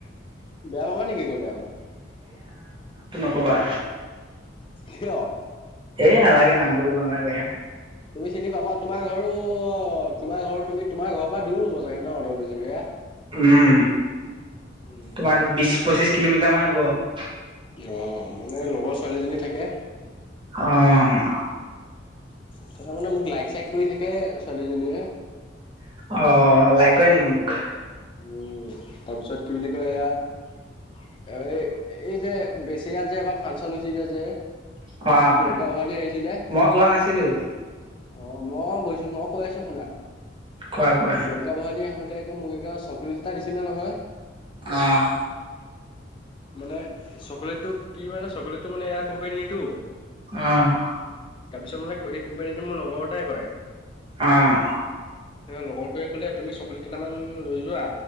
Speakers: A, on the left (about 25°); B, on the right (about 25°).
A: বেয়া পাবা নেকি কলে আকৌ।
B: ক'বা।
A: কিয়।
B: এই নালাগে নামটো ক'ব নালাগে।
A: তুমি চিনি পাবা তোমাৰ ঘৰো তোমাৰ ঘৰৰ তুমি তোমাৰ ঘৰৰ পৰা দূৰ হ'ব চাগে ন অ দহ বৈচৰিয়া।
B: উম
A: উম
B: তোমাৰ বিশ পঁচিশ কিলোমিটাৰ মান হ'ব।
A: অ মানে লগৰ ছোৱালীজনী থাকে।
B: অ',
A: তাৰ মানে মোক লাইক চাইক কৰি থাকে ছোৱালীজনীয়ে।
B: অ লাই কৰে নেকি মোক।
A: উম তাৰপিছত কি বুলি কয় এয়া। অ এই এই যে বেচি ইয়াত যে এবাৰ ফাংচন হৈছিল যে। প্ৰিয়ংকা
B: অ',
A: ভৰালী আহিছিলে।
B: মই যোৱা নাছিলোঁ
A: অ মই গৈছোঁ মই কৈ আছোঁ শুনা
B: কোৱা কোৱা
A: প্ৰিয়ংকা ভৰালী আহোঁতে। এ মোক এ চকলেট এটা দিছিলে নহয়।
B: অ',
A: মানে চকলেটটো কি মানে চকলেটটো মানে এয়াৰ কোম্পানীটো।
B: অ',
A: তাৰপিছত মানে এই কোম্পানীটো মোৰ লগৰটাই কৰে।
B: অ',
A: লগৰটোৱে ক'লে তুমি চকলেট কেইটামান লৈ যোৱা।